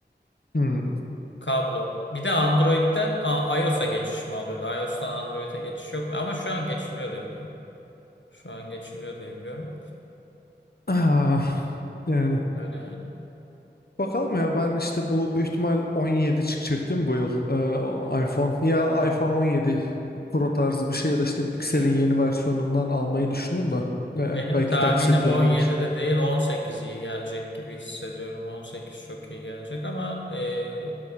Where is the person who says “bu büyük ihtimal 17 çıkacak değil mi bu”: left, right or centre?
Left